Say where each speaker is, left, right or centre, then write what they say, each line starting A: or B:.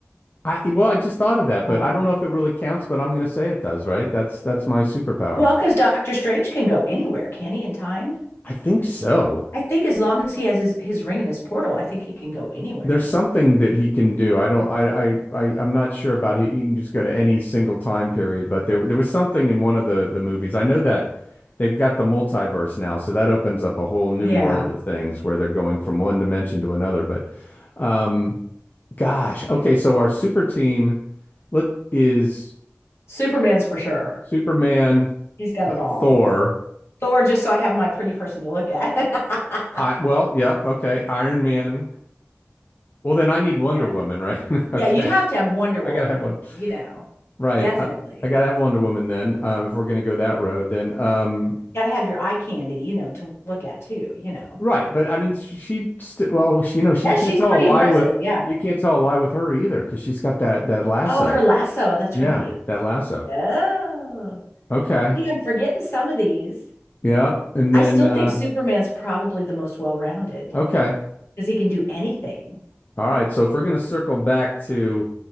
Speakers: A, on the left; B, on the left.
A: I well, I just thought of that,
B: Um,
A: but I don't know if it really counts, but I'm gonna say it does, right? That's that's my superpower.
B: Well, because Doctor Strange can go anywhere, can he, in time?
A: I think so.
B: I think as long as he has his, his ring and his portal, I think he can go anywhere.
A: There's something that he can do. I don't I I, I I'm not sure about he, he can just go to any single time period, but there there was something in one of the the movies. I know that they've got the multiverse now, so that opens up a whole new
B: yeah.
A: world of things where they're going from one dimension to another. But um gosh, okay, so our super team let is
B: Superman's for sure.
A: Superman,
B: He's got
A: uh,
B: it all.
A: Thor,
B: Thor, just so I have my pretty person to look at. <laughs>
A: I well, yep, okay, Iron Man. Well, then I need Wonder
B: Yeah.
A: Woman, right? <laughs>
B: Yeah,
A: Okay.
B: you'd have to have Wonder Woman
A: I gotta have
B: in,
A: one.
B: you know,
A: Right.
B: definitely.
A: Uh, I gotta have Wonder Woman then, uh, if we're gonna go that road, then um
B: Got to have your eye candy, you know, to look at too, you know.
A: right. But I mean she, she st well, she, you know, she,
B: Yeah,
A: you can't
B: she's
A: tell
B: pretty
A: a lie
B: impressive.
A: with
B: Yeah.
A: you can't tell a lie with her either because she's got that that lasso.
B: Oh, her lasso. That's
A: Yeah,
B: right.
A: that lasso.
B: Oh,
A: Okay.
B: gee, I'm forgetting some of these.
A: Yeah. And
B: I
A: then
B: still
A: uh
B: think Superman's probably the most well-rounded
A: okay.
B: because he can do anything.
A: All right, so if we're gonna circle back to